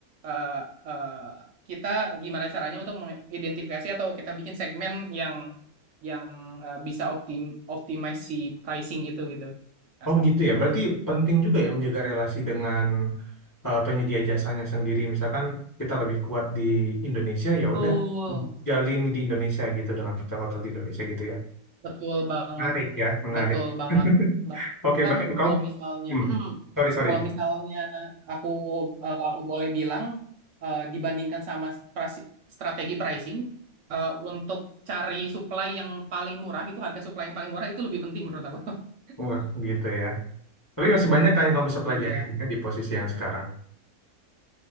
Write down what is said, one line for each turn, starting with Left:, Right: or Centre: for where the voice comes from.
Right: eh, eh, kita gimana caranya untuk mengidentifikasi atau kita bikin segmen yang yang eh, bisa optim optimize si pricing itu gitu. Nah,
Left: Oh gitu ya. Berarti penting juga ya menjaga relasi dengan eh, penyedia jasanya sendiri. Misalkan kita lebih kuat di Indonesia, ya
Right: Betul.
Left: udah jalin di Indonesia gitu dengan hotel-hotel di Indonesia gitu ya.
Right: betul banget.
Left: Menarik ya, menarik.
Right: Betul banget.
Left: <laughs>
Right: Bahkan
Left: Oke, berarti kamu,
Right: kalau misalnya,
Left: hmm,
Right: mm
Left: sorry sorry.
Right: kalau misalnya aku eh, aku boleh bilang eh, dibandingkan sama prasi- strategi pricing eh, untuk cari supply yang paling murah gitu, harga supply yang paling murah itu lebih penting menurut aku. <laughs>
Left: Wah, gitu ya. Tapi masih banyak kan yang kamu bisa pelajari
Right: Iya,
Left: ya, di posisi yang sekarang.